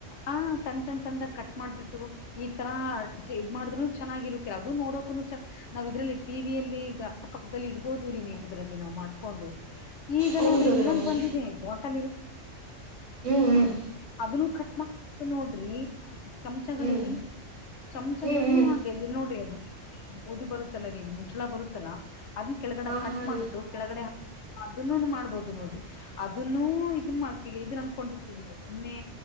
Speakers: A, on the left (about 65°); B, on the right (about 75°).
A: ಹ ಸಣ್ಣ ಸಣ್ಣ ಸಣ್ಣದಾಗ ಕಟ್ ಮಾಡ್ಬಿಟ್ಟು ಈ. ಈ ತರ ಇದ ಮಾಡ್ನು ಚೆನ್ನಾಗಿರುತ್ತೆ ಅದು ನೋಡೋಕು ಚ. ನಾವ್ ಇದ್ರಲ್ಲಿ ಟಿವಿಯಲ್ಲಿ ಅಕ್ಕ ಪಕ್ಕದಲ್ಲಿ ಇಡ್ಬೋದು್ರೀ ನೀವು ಅದ್ರಲ್ಲಿ ನಾವ್ ಮಾಡ್ಕೊಂಡು. ಈಗ
B: ಹೌದು
A: ನೋಡ್ರಿ ಇನ್ನೊಂದ್
B: ರೀ ಹೌದು
A: ಬಂದಿದೆ ಬಾಟಲ್, <unintelligible> ಇರು
B: ಹ್ಮ್ ಹ್ಮ್
A: ಅದನ್ನು ಕಟ್ಟ. ನೋಡ್ರಿ <unintelligible> ಚಮಚಗಳು
B: ಹ್ಮ್ ಹ್ಮ್
A: ರೀ ಚಮಚಗಳುನು
B: ಹ್ಮ್ ಹ್ಮ್
A: ಹಾಗ. <unintelligible> ನೋಡ್ರಿ ಅದು ಇದು ಬರುತ್ತಲ್ಲ ರೀ ಮುಚ್ಚಳ ಬರುತ್ತಲ್ಲಾ ಅದನ್ನ ಕೆಳಗಡೆ
B: ಹಾ
A: ಕಟ್
B: ಹಾ
A: ಮಾಡ್ಬಿಟ್ಟು.
B: ರೀ
A: ಕೆಳಗಡೆ <unintelligible> ಅದನ್ನು ಮಾಡ್ಬೋದು ನೋಡಿ. ಅದನ್ನು ಇದನ್ ಮಾಡ್ತವಿ ಇದನ್ ಅನ್ಕೊಂಡಿರ್ತಿರಿ ನೀವು ನಿನ್ನೆ.